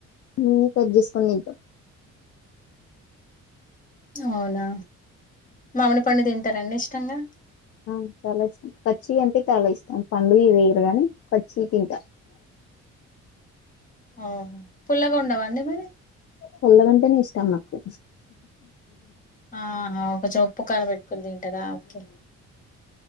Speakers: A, on the left (about 50°); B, on the left (about 25°).
A: న కట్ చేసుకుని తింట
B: అవునా మామిడి పండు తింటారంండి ఇష్టంగా
A: ఆ చాలా ఇష్టం పచ్చి అంటే చాలా ఇష్టం పండుగ వేయరు కాని పచ్చి తింటా
B: <unintelligible> ఓహో పుల్లగా ఉండవా అడి మరి
A: పొల్లదంటేనే ఇష్ట మాకు
B: ఆహా ఒక చప్పు కారం పెట్టుకుని తింటద ఓకే